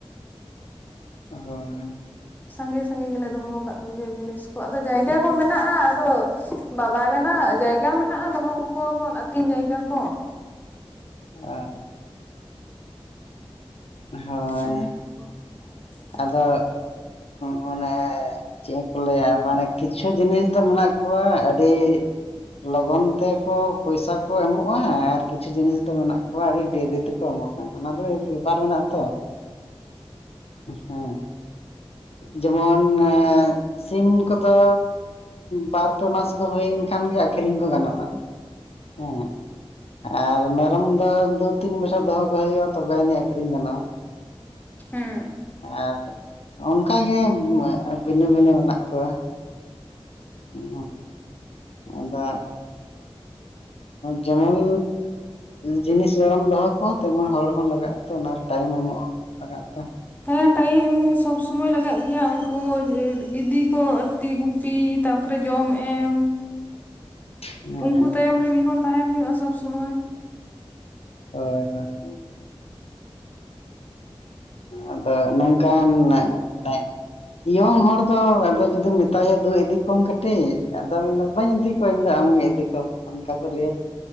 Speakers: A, on the left (about 80°); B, on the left (about 15°).
A: <unintelligible>
B: ᱥᱟᱸᱜᱮ ᱥᱟᱸᱜᱮ ᱜᱮᱞᱮ ᱫᱚᱦᱚ ᱟᱠᱟᱫ ᱠᱚᱜᱮᱭᱟ ᱡᱤᱱᱤᱥ ᱠᱚ ᱟᱫᱚ ᱡᱟᱭᱜᱟ ᱠᱚ ᱢᱮᱱᱟᱜᱼᱟ ᱟᱫᱚ ᱵᱟᱵᱟ ᱢᱮᱱᱟᱜ ᱡᱟᱭᱜᱟ ᱢᱮᱱᱟᱜᱼᱟ ᱫᱚᱦᱚ ᱠᱟᱠᱚᱣᱟᱵᱚᱱ ᱟᱹᱛᱤᱧ ᱡᱟᱭᱜᱟ ᱠᱚ
A: <unintelligible> ᱦᱳᱭ
B: <unintelligible>
A: ᱟᱫᱚ ᱢᱟᱱᱮ ᱪᱮᱫ ᱠᱚ ᱞᱟᱹᱭᱟ ᱢᱟᱱᱮ ᱠᱤᱪᱷᱩ ᱡᱤᱱᱤᱥ ᱫᱚ ᱢᱮᱱᱟᱜ ᱠᱚᱣᱟ ᱟᱹᱰᱤ ᱞᱚᱜᱚᱱ ᱛᱮᱠᱚ ᱯᱚᱭᱥᱟ ᱠᱚ ᱮᱢᱚᱜᱼᱟ ᱟᱨ ᱠᱤᱪᱷᱩ ᱡᱤᱱᱤᱥ ᱫᱚ ᱢᱮᱱᱟᱜ ᱠᱚᱣᱟ ᱟᱹᱰᱤ ᱰᱮᱨᱤ ᱛᱮᱠᱚ ᱮᱢᱚᱜᱼᱟ ᱦᱮᱸ ᱚᱱᱟ ᱫᱚ ᱟᱹᱰᱤ ᱵᱮᱯᱟᱨ ᱢᱮᱱᱟᱜ ᱛᱚ
B: <inaudible>
A: ᱦᱮᱸ ᱡᱮᱢᱚᱱ ᱥᱤᱢ ᱠᱚᱫᱚ ᱵᱟᱨ ᱯᱮ ᱢᱟᱥ ᱠᱚ ᱦᱩᱭᱮᱱ ᱠᱷᱟᱱᱜᱮ ᱟᱠᱷᱨᱤᱧ ᱠᱚ ᱜᱟᱱᱚᱜᱼᱟ ᱦᱮᱸ ᱟᱨ ᱢᱮᱨᱚᱢ ᱫᱚ ᱫᱩ ᱛᱤᱱ ᱵᱚᱪᱷᱚᱨ ᱫᱚᱦᱚ ᱠᱚ ᱦᱩᱭᱩᱜ-ᱟ ᱛᱚᱵᱮ ᱟᱹᱱᱤᱡ ᱟᱹᱡᱷᱨᱤᱧ ᱜᱟᱱᱚᱜ-ᱟ
B: ᱦᱮᱸ
A: ᱟᱨ ᱚᱱᱠᱟᱜᱮ ᱵᱷᱤᱱᱟᱹ ᱵᱷᱤᱱᱟᱹ ᱢᱮᱱᱟᱜ ᱠᱚᱣᱟ ᱦᱩᱸ ᱟᱫᱚ ᱡᱮᱢᱚᱱ ᱡᱤᱱᱤᱥ ᱡᱚᱲᱟᱢ ᱫᱚᱦᱚ ᱠᱚᱣᱟ ᱛᱮᱢᱚᱱ ᱦᱚᱲ ᱦᱚᱸ ᱞᱟᱜᱟᱜ-ᱟ ᱛᱚ ᱚᱱᱟᱨᱮ ᱴᱟᱭᱤᱢ ᱮᱢᱚᱜ-ᱟ ᱞᱟᱜᱟᱜ ᱛᱮ
B: ᱦᱮᱸ ᱴᱟᱭᱤᱢ ᱮᱢᱚᱜ ᱥᱚᱵ ᱥᱚᱢᱚᱭ ᱞᱟᱜᱟᱜ ᱜᱮᱭᱟ ᱠᱚ ᱤᱫᱤ ᱠᱚ ᱟᱛᱤ ᱜᱩᱯᱤ ᱛᱟᱯᱚᱨᱮ ᱡᱚᱢ ᱮᱢ
A: ᱦᱮᱸ
B: ᱩᱝᱠᱩ ᱛᱟᱭᱚᱢ ᱨᱮ ᱢᱤᱫ ᱦᱚᱲ ᱛᱟᱦᱮᱱ ᱦᱩᱭᱩᱜ-ᱟ ᱥᱚᱵ ᱥᱚᱢᱚᱭ
A: ᱦᱳᱭ ᱦᱳᱭ ᱟᱫᱚ ᱱᱚᱝᱠᱟᱱ <unintelligible> ᱤᱭᱚᱝ ᱦᱚᱲ ᱫᱚ ᱟᱫᱚ ᱡᱩᱫᱤᱢ ᱢᱮᱛᱟᱭᱟ ᱫᱩ ᱤᱫᱤ ᱠᱚᱢ ᱠᱟᱹᱴᱤᱡ ᱟᱫᱚ ᱢᱮᱱᱟ ᱵᱟᱹᱧ ᱤᱫᱤ ᱠᱚᱧ ᱤᱧ ᱫᱚ ᱟᱢᱜᱮ ᱤᱫᱤ ᱠᱚᱢ ᱚᱱᱠᱟ ᱠᱚ ᱞᱟᱹᱭᱟ